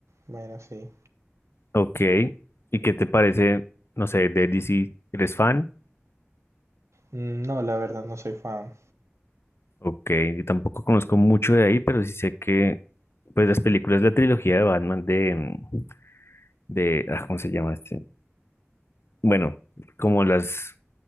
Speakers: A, on the right (about 80°); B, on the left (about 60°).
A: bueno, sí.
B: Ok, ¿y qué te parece, no sé, de DC? ¿Eres fan?
A: Mm, No, la verdad no soy fan.
B: Ok, yo tampoco conozco mucho de ahí, pero sí sé que, pues, las películas de la trilogía de Batman de, mm, de, ah, ¿cómo se llama este? Bueno, como las